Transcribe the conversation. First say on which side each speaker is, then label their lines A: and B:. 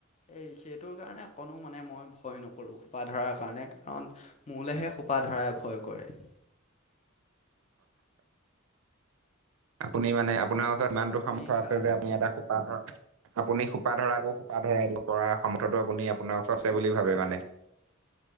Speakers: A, on the left; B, on the right.
A: এই সেইটোৰ কাৰণে অকণো মানে মই ভয় নকৰোঁ সোপা ধৰাৰ কাৰণে, কাৰণ', মোৰলেহে সোপা ধৰাই ভয় কৰে',
B: আপুনি মানে আপোনাৰ ওচৰত ইমানটো
A: আপুনি
B: সামৰ্থ্য আছে
A: খা
B: যে আপুনি এটা সোপা ধৰ', আপুনি সোপা ধৰাকৌ সোপা ধৰাই দিব‌ পৰা সমৰ্থতো আপুনি আপোনাৰ ওচৰত আছে বুলি ভাবে মানে ',